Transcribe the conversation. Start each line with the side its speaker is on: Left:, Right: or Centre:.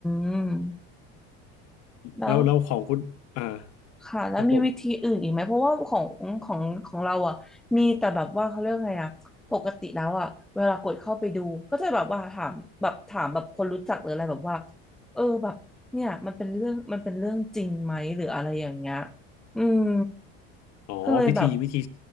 Centre: ม แล้ว
Left: แล้วแล้วของคุณอ่า
Centre: ค่ะแล้วมีวิธีอื่นอีกไหมเพราะว่าของของของเราอ่ะมีแต่แบบว่าเขาเรียกไงอ่ะปกติแล้วอ่ะเวลากดเข้าไปดูก็จะแบบว่าถามแบบถามแบบคนรู้จักหรืออะไรแบบว่า
Left: ครับผม
Centre: เออแบบเนี่ยมันเป็นเรื่องมันเป็นเรื่องจริงไหมหรืออะไรอย่างเงี้ยอืม
Left: อ๋อวิธีวิธี
Centre: ก็เลยแบบ